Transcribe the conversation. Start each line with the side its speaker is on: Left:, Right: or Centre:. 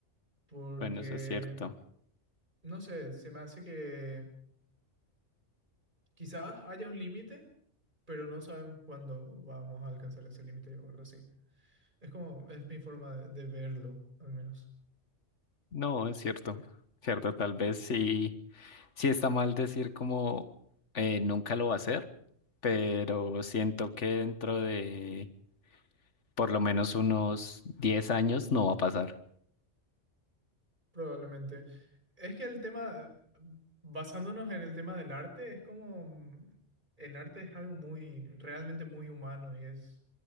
Right: Porque,
Left: bueno, eso es cierto.
Right: no sé, se me hace que quizás haya un límite, pero no sabemos cuándo vamos a alcanzar ese límite o algo así. Es como, es mi forma de, de verlo, al menos.
Left: No, es cierto. Cierto, tal vez sí, sí está mal decir como eh, nunca lo va a hacer, pero siento que dentro de por lo menos unos 10 años no va a pasar.
Right: Probablemente. Es que el tema, basándonos en el tema del arte, es como, mm, el arte es algo muy, realmente muy humano y es,